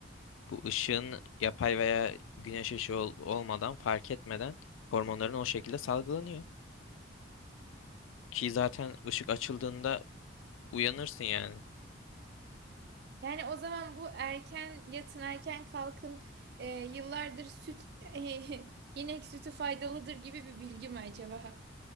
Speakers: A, on the left (about 80°); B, on the right (about 55°).
A: bu ışığın yapay veya güneş ışığı ol- olmadan fark etmeden hormonların o şekilde salgılanıyor. Ki zaten ışık açıldığında uyanırsın yani.
B: Yani o zaman bu erken yatın erken kalkın eee, yıllardır süt <laughs> inek sütü faydalıdır gibi bir bilgi mi acaba?